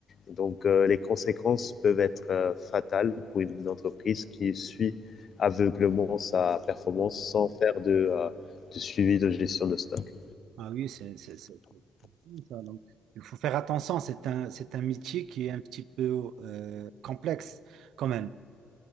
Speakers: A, on the left (about 50°); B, on the right (about 80°).
A: Et donc euh, les conséquences peuvent être euh, fatales pour une entreprise qui suit aveuglément sa performance
B: mm.
A: sans faire de, euh, de suivi de gestion de stock.
B: Ah oui, c'est c'est- c'est- c'est bien ça. Donc, il faut faire attention, c'est un, c'est un métier qui est un petit peu euh, complexe quand même.